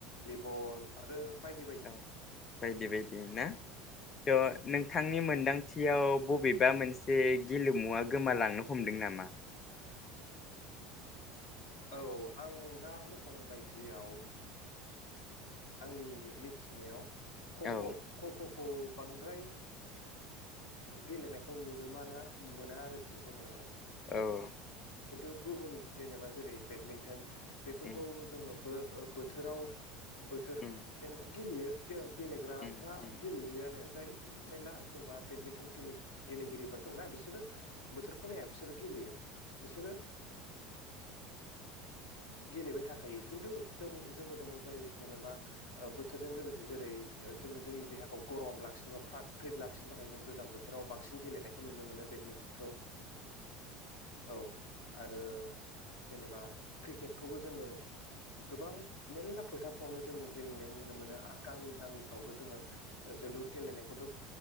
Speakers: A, on the left (about 60°); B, on the left (about 30°).
A: बल आरो बायदि बायदि।
B: औ बायदि बायदि ना <unintelligible> नोंथांनि मोनदांथियाव बबेबा मोनसे गेलेमुवा गोमालांनो हमदों नामा?
A: औ आं दा मख'नाय बायदियाव आंनि मिथिनायाव खख'
B: औ
A: खख'खौ बांद्राय गेलेनायखौ नुनो मोना मोना आरोखि जोङो।
B: औ
A: खिन्थु गुबुन जेनेबा जेरै बेडमिन्टन बेफोरखौ
B: उम
A: जोङो बो बोथोराव बोथोर
B: उम
A: जेनेबा गेलेयो गे गेलेग्राफ्रा
B: उम उम
A: गेलेयोआनो जाय बेना जेनेबा बेदमिनटन गेले गेलेगिरिफोर दंना बिसोरो बोथोरखौ नाया बिसोरो गेलेयो। बिसोरो- गेलेबाय थाखायो खिन्थु जों जोङो दङ जाय जेनेबा बोथोरजों लोगोसे जेरै जोङो जोंनि देहाखौ गरम लाखिनोबा फ्राद फ्रिद लाखिनो थाखाय जों गोजां बोथोराव बांसिन गेलेनायखौ नुनो मोनो बेदमिनटन खौ। औ आरो जेनेबा क्रिकेटखौबो जोङो गोबां मेरला फोथारफ्रावनो जोङो गेलेनाय नुनो मोनो आरो गामि गामिफ्रावबो जोङो जोलुर गेलेनायखौथ'